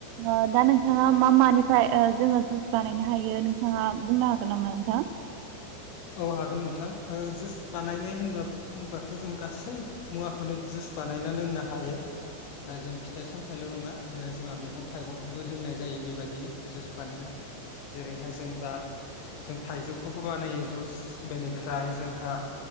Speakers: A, on the right; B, on the left.
A: ओ दा नोंथाङा मा मानिफ्राय ओ जोङो जुस बानायनो हायो नोंथाङा बुंनो हागोन नामा नोंथां?
B: औ हागोन नोंथां ओ जुस बानायनाय होनबा बुंबाथ' जों गासै मुवाखौनो जुस बानायना लोंनो हायो। ओ जों फिथाइ साम थाइल' नङा ओ जोंहा मैगं थाइगंखौबो लोंनाय जायो बेबायदिनो जुस बानायना जेरै हाय जों दा जों थाइजौखौबो बानायो जुस बेनिफ्राय जोंहा